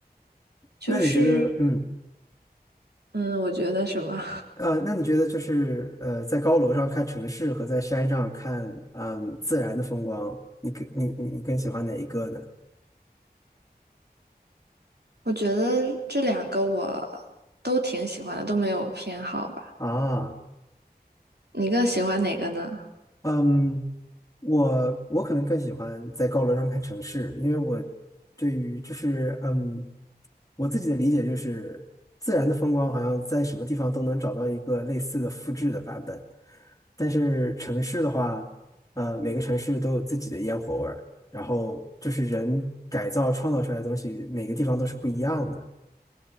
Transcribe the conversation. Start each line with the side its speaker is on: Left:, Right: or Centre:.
Right: 就是，
Left: 那你觉得，嗯
Right: 嗯，我觉得什么。
Left: 呃，那你觉得就是呃，在高楼上看城市和在山上看嗯、自然的风光，你更你你你更喜欢哪一个呢？
Right: 我觉得这两个我都挺喜欢的，都没有偏好吧。
Left: 啊
Right: 你更喜欢哪个呢？
Left: 嗯，我我可能更喜欢在高楼上看城市，因为我对于就是嗯，我自己的理解就是自然的风光好像在什么地方都能找到一个类似的复制的版本，但是城市的话，呃，每个城市都有自己的烟火味儿，然后就是人改造创造出来的东西，每个地方都是不一样的